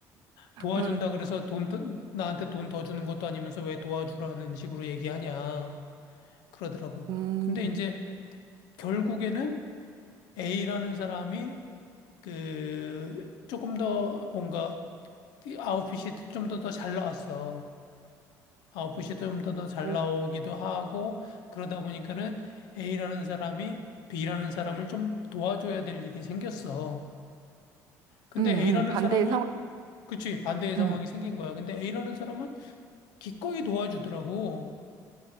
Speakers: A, on the left; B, on the right.
A: 도와준다
B: 응,
A: 그래서 돈 더- 나한테 돈 더 주는 것도 아니면서 왜 도와주라는 식으로 얘기하냐 그러더라고.
B: 음,
A: 근데 이제 결국에는 A라는 사람이 그 조금 더 뭔가 아웃핏이 좀 더 더 잘 나왔어. 아웃풋이 좀 더 잘
B: 어,
A: 나오기도 하고 그러다 보니까는 A라는 사람이 B라는 사람을 좀 도와줘야 될 일이 생겼어. 근데
B: 음,
A: A라는
B: 음, 반대의
A: 사람은
B: 상황,
A: 그치 반대의 상황이
B: 음.
A: 생긴 거야. 근데 A라는 사람은 기꺼이 도와주더라고.